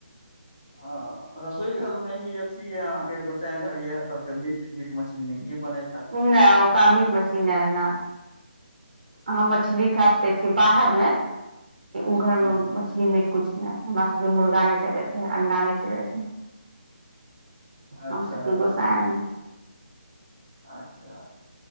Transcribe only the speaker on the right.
नहि नहि ओकरा मीट मछली नहि ने अहाँं मछली खाय सकै छी बाहर मे घर
मे मछली मिट कछु नहि हमरा सबके मुर्गा नहि चलै छै अंडा नहि चलै छै
हम सबके गोसाईमे